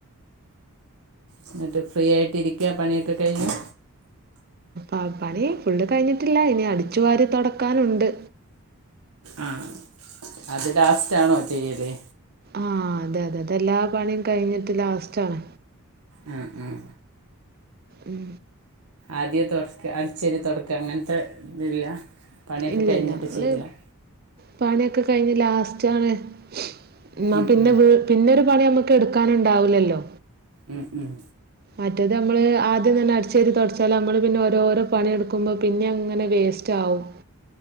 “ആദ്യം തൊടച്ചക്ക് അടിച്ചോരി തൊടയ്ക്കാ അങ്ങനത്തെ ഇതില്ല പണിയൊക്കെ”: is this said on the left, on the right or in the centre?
Right